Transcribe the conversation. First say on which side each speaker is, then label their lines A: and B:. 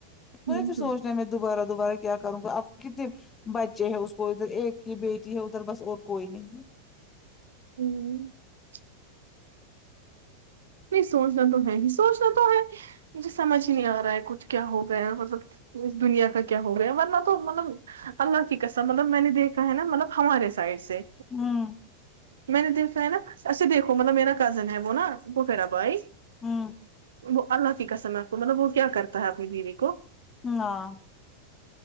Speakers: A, on the left; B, on the right.
A: کوئی
B: ہوں
A: پھر سوچنا
B: ہوں
A: میں دوبارہ دوبارہ کیا کروں گا آپ کتنی بچے ہے اس کو ادھر ایک ہی بیٹی ہے ادھر بس اور کوئی نہیں
B: ہوں پھر سوچنا تو ہے ہی سوچنا تو ہے مجھے سمجھ ہی نہیں آ رہا ہے کچھ کیا ہو گیا مطلب اس دنیا کا کیا ہو گیا ورنہ تو مطلب اللہ کی قسم مطلب میں نے دیکھا ہے نا مطلب ہمارے سائڈ سے
A: ہوں
B: میں نے دی سو ہے نا ایسے دیکھو مطلب میرا کزن ہے وہ پھپھیرا بھائی
A: ہوں
B: وہ اللہ کی قسم آپ کو مطلب وہ کیا کرتا ہے اپنی بیوی کو
A: ہاں